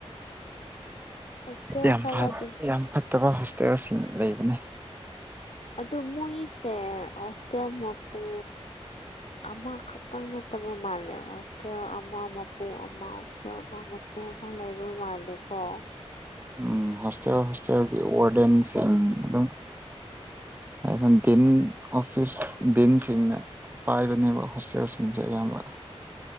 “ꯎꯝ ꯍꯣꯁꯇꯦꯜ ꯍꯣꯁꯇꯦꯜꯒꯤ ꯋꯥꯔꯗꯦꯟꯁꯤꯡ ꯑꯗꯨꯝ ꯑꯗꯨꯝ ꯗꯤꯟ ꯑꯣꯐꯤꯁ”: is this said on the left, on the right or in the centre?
Right